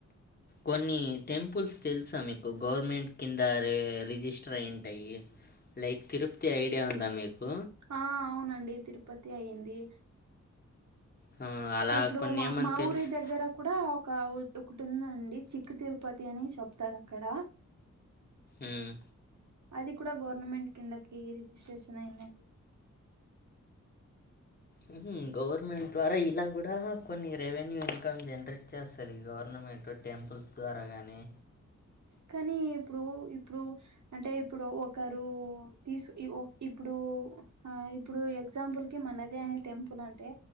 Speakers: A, on the left; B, on the right.
A: కొన్ని టెంపుల్స్ తెల్సా మీకు గవర్నమెంట్ కింద రే ఎ రిజిస్టర్ అయింటాయి లైక్ తిర్పత్తి ఐడియా ఉందా మీకు
B: ఆ అవునండి తిరుపతి అయింది
A: ఆ అలా
B: ఇప్పుడు
A: కొన్నేమన్నా
B: మా మా
A: తెలుసా?
B: ఊరి దగ్గర కూడా ఒక ఉత్ ఒకటుందండి చిక్క తిరుపతి అని చెప్తారు అక్కడ
A: ఊమ్
B: అది కూడా గవర్నమెంట్ కిందకి రిజిస్ట్రేషన్ అయిందండి
A: హుహు గవర్నమెంట్ ద్వారా ఇలా కూడా కొన్ని రెవెన్యూ ఇన్కమ్ జనరేట్ చేస్తది గవర్నమెంట్ టెంపుల్స్ ద్వారా గాని
B: కానీ ఇప్పుడు ఇప్పుడు అంటే ఇప్పుడు ఒకరు తీసు ఇవో ఇప్పుడు ఆ ఇప్పుడు ఎగ్జాంపుల్ కి మనదే అనే టెంపుల్ అంటే